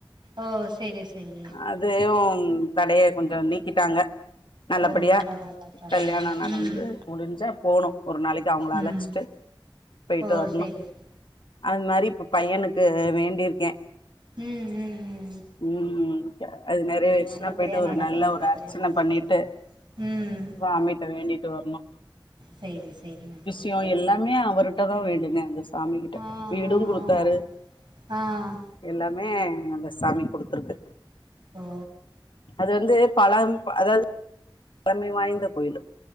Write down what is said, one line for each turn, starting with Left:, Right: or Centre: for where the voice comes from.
Right: ஓ செரி செரி
Left: அதயும் தடய கொஞ்ச நீக்கிட்டாங்க நல்லபடியா
Right: ஓ பரவால்ல பரவால்ல
Left: கல்யாணம் நடந்து
Right: ம்
Left: முடிஞ்சா போனும் ஒரு நாளைக்கு அவங்கள
Right: ம்
Left: அழைச்சிட்டு போயிட்டு
Right: ஓ
Left: வரணும்
Right: சரி சரி
Left: அது மாரி இப்ப பையனுக்கு வேண்டிருக்கேன்
Right: ம் ம் ம்
Left: ம் அது நறவேருச்சனா
Right: செரி நல்லபடியா
Left: போயிட்டு ஒரு
Right: நடக்கு
Left: நல்ல
Right: நல்லபடியா
Left: ஒரு அர்ச்சன
Right: நடக்கு
Left: பண்ணிட்டு
Right: ம்
Left: ஸ்வாமிட்ட வேண்டிட்டு வரணும்
Right: சேரி சேரிங்க தோழி
Left: யு
Right: சரிங்க
Left: எல்லாமே அவுருட்ட தா வேண்டுன அந்த சாமி கிட்ட
Right: ஆ ஆ
Left: வீடு குடுத்தாரு
Right: ஆ ஆ.
Left: எல்லாமே அந்த ச சாமி குடுத்துருக்கு
Right: ஓ
Left: அது வந்து பழம் அதாவது பழமை வாய்ந்த கோயிலு